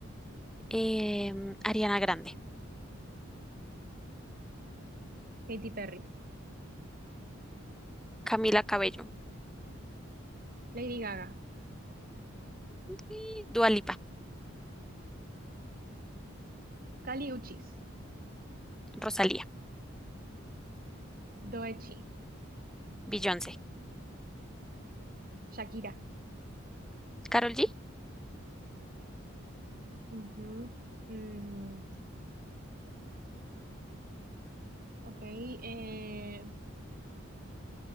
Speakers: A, in the centre; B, on the right.
A: em, Ariana Grande,
B: Katy Perry.
A: Camila Cabello,
B: Lady Gaga.
A: y Dua Lipa,
B: Kali Uchis.
A: Rosalía,
B: Doechi.
A: Beyoncé,
B: Shakira.
A: Karol G,
B: Ujú. Mm, ok. eh,